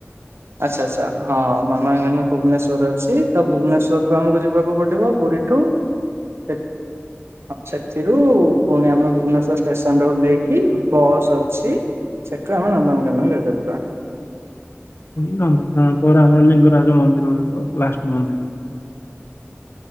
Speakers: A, on the right (about 65°); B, on the left (about 60°).
A: ଆଚ୍ଛା ଆଚ୍ଛା ହଁ ନନକାନନ ଭୁବନେଶ୍ୱରରେ ଅଛି ତ ଭୁବନେଶ୍ୱରକୁ ଆମକୁ ଯିବାକୁ ପଡିବ ପୁରୀ ଟୁ ସେ ହଁ ସେଥିରୁ ପୁଣି ଆମେ ଭୁବନେଶ୍ଵର ଷ୍ଟେସନରେ ଓହ୍ଲେଇକି ବସ୍ ଅଛି। ସେଠୁ ଆମେ ନନ୍ଦନକାନନ ଯାଇପାରିବା।
B: ପୁରୀ ନନ୍ଦନକାନନ ପରେ ଆମର ଲିଙ୍ଗରାଜ ମନ୍ଦିର ରହିବ ଲାଷ୍ଟ ମନ୍ଦିର